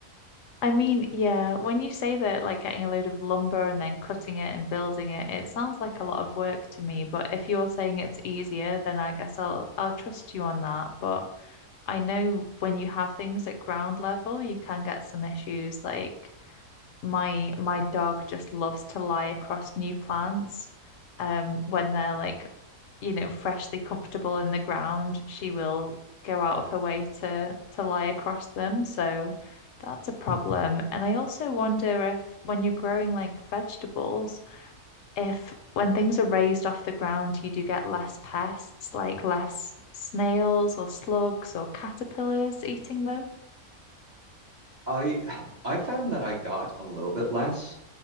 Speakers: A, on the left; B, on the right.
A: I mean, yeah, when you say that, like getting a load of lumber and then cutting it and building it, it sounds like a lot of work to me. But if you're saying it's easier, then I guess I'll I'll trust you on that. But I know when you have things at ground level, you can get some issues. Like my my dog just loves to lie across new plants. Um, when they're like, you know, freshly comfortable in the ground, she will go out of her way to to lie across them. So that's a problem. And I also wonder if when you're growing like vegetables, if when things are raised off the ground, you do get less pests, like less snails or slugs or caterpillars eating them.
B: I I found that I got a little bit less